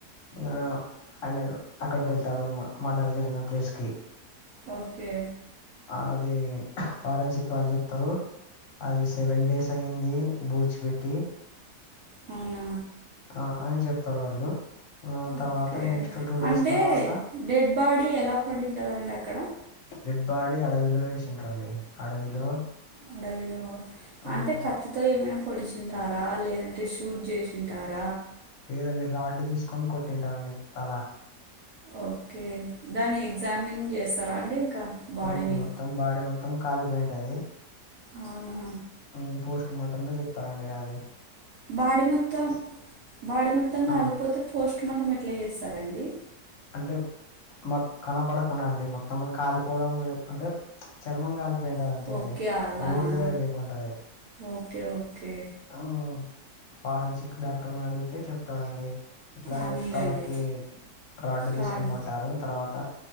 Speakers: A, on the left; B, on the right.
A: ఇంగ ఆ ఆయన అక్కడికెళ్తాడు మర్డర్ జరిగిన ప్లేస్ కి
B: ఒకే
A: అదీ ఫారెన్సిక్ వాళ్ళు చెప్తారు అది సెవెన్ డేస్ అయ్యింది బూడ్చి పెట్టి
B: అవునా
A: ఆ అని చెప్తారు వాళ్ళు ఆ తర్వాత
B: ఓకే
A: నెక్స్ట్ టూ డేస్
B: అంటే
A: తర్వాత
B: డెడ్ బాడీ యేలా పడి ఉంటదండి అక్కడ
A: డెడ్ బాడీ అడవిలో వేషింతరండి అడవిలో
B: అడవిలో
A: ఉమ్,
B: అంటే క త్తితో ఏమైనా పొడిషి ఉంటార లేదంటే షూట్ జేషింటార
A: లేదండి రాడ్ తీసుకొని కొట్టింటారండి తలా
B: ఒకే దాన్ని ఎగ్జామిన్ చేస్తరా అండి ఇంకా బాడీని
A: ఉమ్, మొత్తం బాడీ మొత్తం కాలిపోయి ఉంటది
B: అవునా
A: ఉ పోస్టుమార్టం లో చెప్తారండి అదే
B: బాడి మొత్తం బాడి మొత్తం
A: ఆ
B: కలిపోతే పోస్టుమర్టం ఎట్లా చేస్తారండి
A: అంటే మ కనపడకుండా అండి మొత్తం కాలిపోవడం అంటే చర్మం కాలిపోయి ఉంటది అంతే
B: ఓకే
A: అండి
B: అలానా
A: బూడుద లేక ఉంటది
B: ఓకే ఓకే
A: ఆ ఫారెన్సిక్ డాక్టర్ని అడిగితే చెప్తాడంండి ఇట్లా
B: అవునులేండి
A: య్ తలకి రాడ్డు తీసుకొని
B: రాడ్
A: కొట్టారు తర్వాత